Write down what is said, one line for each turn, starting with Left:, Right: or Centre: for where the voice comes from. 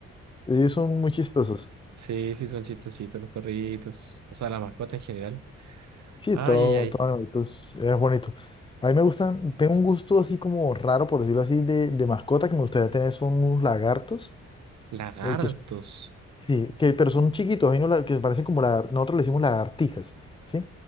Left: Ellos son muy chistosos.
Right: Sí, sí, son chistositos los perritos. O sea, la mascota en general.
Left: Sí,
Right: Ay,
Left: todo,
Right: ay, ay.
Left: todo animalito es, es bonito. A mí me gustan, tengo un gusto así como raro, por decirlo así, de, de mascota que me gustaría tener son unos lagartos.
Right: Lagartos.
Left: eh, que son- sí, que, pero son chiquitos, hay unos la- que parecen como lagar- nosotros le decimos lagartijas, ¿sí?